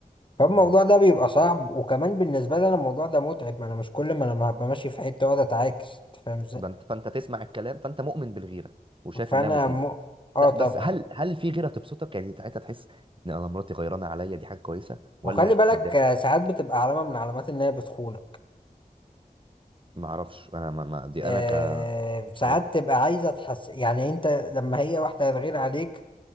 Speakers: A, on the left (about 35°); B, on the right (about 35°).
A: فالموضوع
B: مم.
A: ده بيبقى صعب وكمان بالنسبه لي انا الموضوع ده متعب ما انا مش كل ما انا هبقى ماشي في حته واقعد اتعاكس أنت فاهم ازاي
B: فانت فانت تسمع الكلام فانت مؤمن بالغيرة وشايف
A: فانا
B: انها مفيدة
A: م... اه
B: لا
A: طبعا
B: بس هل هل في غيرة تبسطك يعني ساعتها تحس ان انا مراتي غيرانة عليا دي حاجة كويسة ولا
A: وخلي بالك
B: تتضايق
A: آه، ساعات بتبقى علامه من علامات ان هي بتخون
B: ما اعرفش انا ما ما دي
A: آه
B: انا ك مش
A: ساعات
B: عارف
A: تبقى عايزة تحس يعني انت لما هي واحدة هتغير عليك